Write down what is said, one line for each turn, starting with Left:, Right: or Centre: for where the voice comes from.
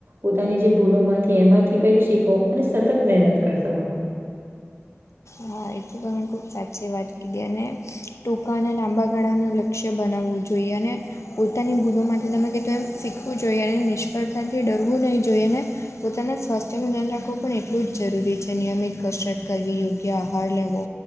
Right: પોતાની જે ભૂલો માંથી એમાંથી કંઈક શીખો અને સતત મહેનત કરતા રહો.
Left: હા એ તો તમે ખુબ સાચી વાત કીધી અને ટૂંકા અને લાંબા ગાળાનું લ લક્ષ્ય બનાવવું જોઈએ અને પોતાની ભૂલો માટે તમે કીધું એમ શીખવું જોઈએ અને નિષ્ફળતાથી ડરવું નહીં જોઈએ ને પોતાના સ્વાસ્થ્ય નું ધ્યાન રાખવું પણ એટલું જ જરૂરી છે. નિયમિત કસરત કરવી, યોગ્ આહાર લેવો,